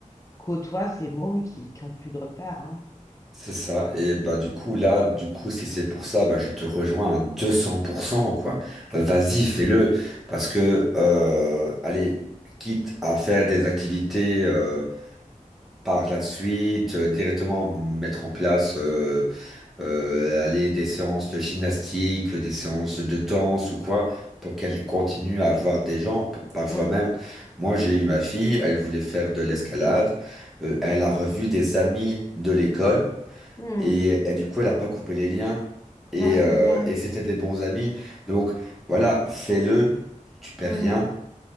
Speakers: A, on the left; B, in the centre.
A: côtoient ces mômes qui, qui ont plus de repères hein.
B: C'est ça. Et bah du coup là, du coup si c'est pour ça, bah je te rejoins à 200% quoi. Vas-y, fais-le parce que euh, allez, quitte à faire des activités euh, par la suite, euh, directement mettre en place euh, euh, allez, des séances de gymnastique, des séances de danse ou quoi pour qu'elle continue à voir des gens. P- Parfois
A: Mm.
B: même, moi j'ai eu ma fille, elle voulait faire de l'escalade, Euh, elle a revu des amis de l'école.
A: Mm.
B: Et, et du coup, elle n'a pas coupé les liens. Et,
A: Ah, c'est
B: euh,
A: bien.
B: et c'était des bons amis. Donc voilà, fais-le. Tu perds
A: Mm.
B: rien.